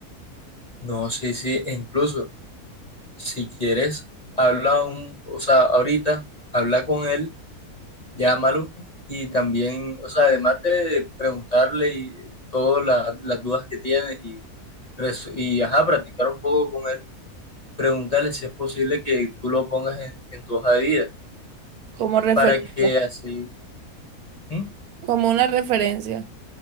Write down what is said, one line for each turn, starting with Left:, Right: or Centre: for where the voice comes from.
Left: no sé si, e incluso Si quieres, habla un, o sea, ahorita, habla con él, llámalo y también, o sea, además de preguntarle y todas la- las dudas que tienes y, res- y ajá, practicar un poco con él, pregúntale si es posible que tú lo pongas en, en tu hoja de vida
Right: como referencia,
Left: para que así, ¿Mm?
Right: como una referencia.